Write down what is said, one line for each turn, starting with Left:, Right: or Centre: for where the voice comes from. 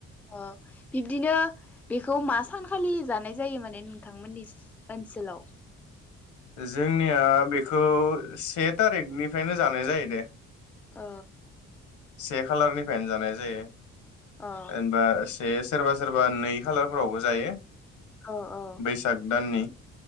Centre: अ बिब्दिनो बेखौ मा सानखालि जानाय जायो माने नोंथांमोननि ओनसोलाव?
Left: जोंनिया बेखौ से थारिखनिफ्रायनो जानाय जायो दे।
Centre: अ
Left: से खालारनिफ्रायनो जानाय जायो।
Centre: ओ
Left: जेनबा से सोरबा सोरबा नै खालारफोरावबो जायो
Centre: औ औ
Left: बैसाग दाननि।